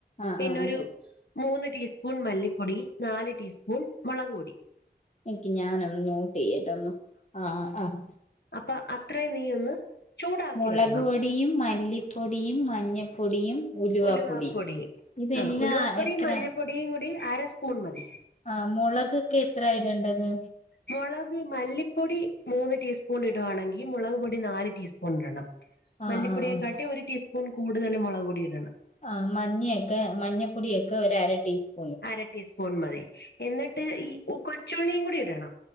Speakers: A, on the left; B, on the left.
A: ആഹ്
B: പിന്നൊരു
A: ആഹ് ആഹ്
B: മൂന്ന് ടീസ്പൂൺ മല്ലിപ്പൊടി നാല് ടീസ്പൂൺ മൊളക് പൊടി
A: നിക്കി ഞാനൊന്ന് നോട്ടേയ്യട്ടൊന്ന് ആഹ് ആഹ്
B: അപ്പൊ അത്രയും നീ ഒന്ന് ചൂടാക്കി
A: മൊളക്
B: വെക്കണം
A: പൊടിയും മല്ലിപ്പൊടിയും മഞ്ഞപ്പൊടിയും ഉലുവാപ്പൊടിയും
B: ഉലുവപ്പൊടി
A: ഇതെല്ലാം
B: ആഹ് ഉലുവവാപ്പൊടിയും
A: എത്ര
B: മഞ്ഞൾപ്പൊടിയും കൂടി അര സ്പൂൺ മതി
A: ആഹ് മൊളകൊക്കെ എത്രയിടണ്ടത്
B: മൊളക് മല്ലിപ്പൊടി മൂന്ന് ടീസ്പൂണിടുവാണെങ്കി മൊളക് പൊടി നാല് ടീസ്പൂണിടണം.
A: ആഹ്
B: മല്ലിപ്പൊടിയെക്കാട്ടി
A: ആഹ് ആഹ്
B: ഒരു ടീസ്പൂൺ കൂടുതല് മൊളക് പൊടിയിടണം.
A: ആ മഞ്ഞിയക്കെ മഞ്ഞപ്പൊടിയൊക്ക ഒരരടീസ്പൂ
B: അര ടീസ്പൂൺ മതി എന്നിട്ട് ഈ കൊച്ചുള്ളിയും കൂടിയിടണം.